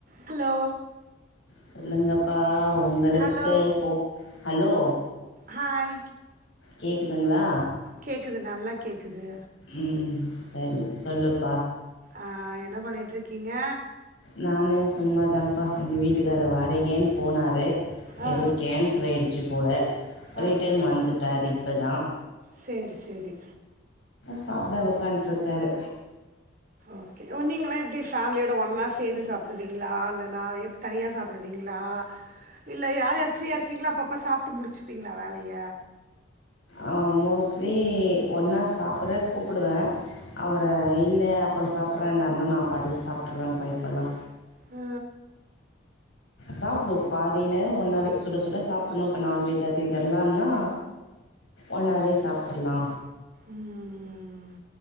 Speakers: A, on the right; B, on the left.
A: Hello
B: சொல்லுங்கப்பா உங்களுக்கு
A: hello
B: போ ஹலோ
A: ஹாய்
B: கேக்குதுங்களா
A: கேட்குது நல்லா கேட்குது
B: உம் செரி சொல்லு ப்ப
A: அ என்ன பண்ணிட்டுருக்கீங்க
B: நானே சும்மதா ப்பா எங்க வீட்டுக்காரு <unintelligible> போனாரு
A: ஆ
B: எதோ கேன்சல் ஆயிடுச்சு போல ரிட்டன்
A: அச்சோ
B: வந்துட்டாரு இப்பதா
A: சரி சரி
B: சாப்ட உக்கண்ட்டுருக்காரு
A: ஓகே நீங்கெல்லா எப்டி ஃபேமிலியோட ஒன்னா சேந்து சாப்புடுவீங்ளா இல்லன்னா எ தனியா சாப்புடுவீங்ளா இல்ல யார் யார் ஃபிரீயா இருக்கீங்களோ அப்ப போ சாப்ட்டு முடிச்சுப்பீங்களா வேலய
B: அ மோஸ்லி ஒன்னா சா சாப்பிட கூப்புடுவே அவர இல்ல அப்புறோ சாப் அப்புற என்னேருன்னா நா பாட்டுக்கு சாப்டு்றே பா இப்பெல்லா
A: ஆ
B: சாப்டுவொ பாதி நேரொ ஒன்னாவே சுட சுட சா இப்போ நான்வெஜ் அது இதெல்லான்னா ஒன்னாவே சாப்ட்ருல்லா
A: உம்